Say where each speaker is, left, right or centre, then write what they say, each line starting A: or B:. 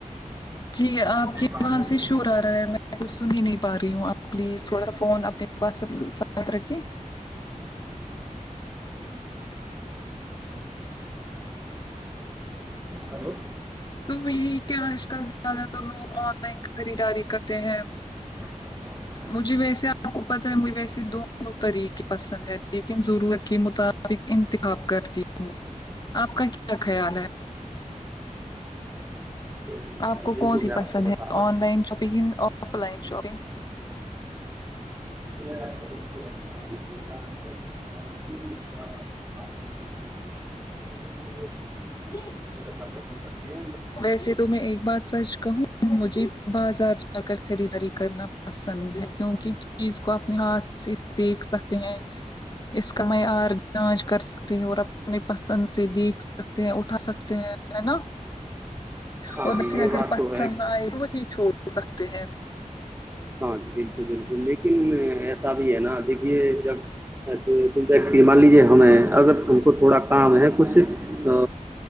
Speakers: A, on the left; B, on the right.
A: ٹھیک ہے آپ کے
B: کاموں
A: وہاں سے
B: میں
A: شور آ رہا ہے کچھ سن ہی نہیں پا رہی ہوں آپ پلیز تھوڑا سا فون اپنے پاس ساتھ رکھے
B: ہلو
A: تو یہی کیا آج کل زیادہ تر لوگ آن لائن خریداری کرتے ہیں
B: ج
A: مجھے ویسے آپ کو پتہ ہے مجھ ویسے دونوں طریقے پسند ہے لیکن ضرورت کے مق ابق انتخاب کرتی ہوں آپ کا کیا خیال ہے
B: ہوں
A: آپ کو
B: یہی
A: کون
B: تو
A: سی
B: میں
A: پسند
B: آپ کو
A: ہے
B: بتا رہا
A: online shopping offline shopping
B: ب رہا ہوںافی جی
A: ج
B: پسند کرتی ہے
A: ویسے تو میں ایک بات سچ کہوں مجھے بازار جا کر خریداری کرنا پسند ہے کیوںکہ چیز کو اپنے ہاتھ سے دیکھ سکتے ہیں اس کا معیار جانچ کر سک سکتے ہیں اور اپنے پسند سے دیکھ سکتے ہیں اٹھا سکتے ہیں ہے نا
B: ہاں
A: اور
B: جی
A: ویے
B: یہ
A: اگر
B: بات
A: پسند
B: تو ہے
A: نہ آئے تو وہی چھوڑ سکتے ہیں
B: ہاں جی بالکل بالکل لیکن ایسا بھی ہے نا دیکھیے جب ایسے کوئی ویکتی مان لیجیے ہمیں اگر ہم کو تھوڑا کام ہے کچھ تو